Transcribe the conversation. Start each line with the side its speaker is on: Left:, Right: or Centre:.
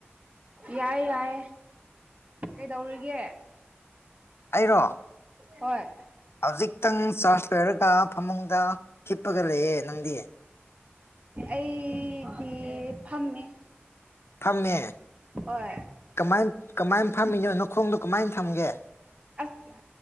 Right: ꯌꯥꯏ ꯌꯥꯏ ꯀꯩꯗꯧꯔꯤꯒꯦ
Left: ꯑꯩꯔꯣ
Right: ꯍꯣꯏ
Left: ꯍꯧꯖꯤꯛꯇꯪ ꯆꯥꯔꯖ ꯂꯣꯏꯔꯒ ꯐꯃꯨꯡꯗ ꯍꯤꯞꯄꯒ ꯂꯩꯌꯦ ꯅꯪꯗꯤ
Right: ꯑꯩꯗꯤ ꯐꯝꯃꯤ
Left: ꯐꯝꯃꯦ
Right: ꯍꯣꯏ
Left: ꯀꯃꯥꯏ ꯀꯃꯥꯏꯅ ꯐꯝꯃꯤꯅꯣ ꯅꯈꯣꯡꯗꯣ ꯀꯃꯥꯏꯅ ꯊꯝꯒꯦ
Right: ꯑꯁ